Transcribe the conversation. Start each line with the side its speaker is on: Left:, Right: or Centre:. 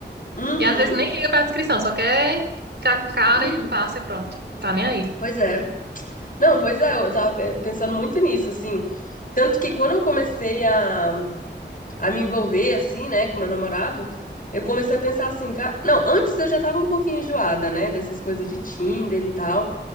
Left: uhum,
Right: E às vezes nem liga pra descrição, só quer ficar com o cara
Left: uhum.
Right: e passa e pronto. Tá nem aí.
Left: Pois é. Não, pois é, eu tava pe- pensando muito nisso, assim. Tanto que quando eu comecei a, a me envolver, assim, né, com meu namorado, eu comecei a pensar assim, cara. Não, antes eu já tava um pouquinho enjoada, né, dessas coisas de Tinder e tal.